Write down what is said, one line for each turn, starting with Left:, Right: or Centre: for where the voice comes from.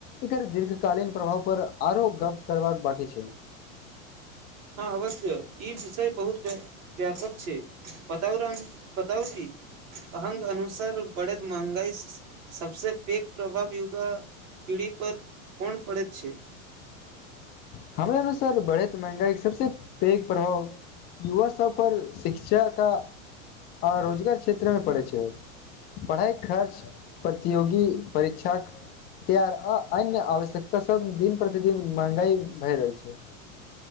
Left: एकर दीर्घकालीन प्रभाव पर आरो गप्प करबाक बाकी छै
Right: हँ अवश्य ई विषय बहुत व्यापक छै बताउ राम बताउ जी अहंग अनुसार बढ़ैत महंगाई सबसे पीक प्रभाव युगा पीढ़ी पर कोन पड़ैत छै
Left: <inaudible> अनुसार बढ़ैत महंगाइक सबसँ पैघ प्रभाव युवा सब पर शिक्षाक आ रोजगार क्षेत्रमे पड़ैत छै पढ़ाइ खर्च प्रतियोगी परीक्षाक तैयार आ अन्य आवश्यकता सभ दिन प्रतिदिन महंगाई भए रहल छै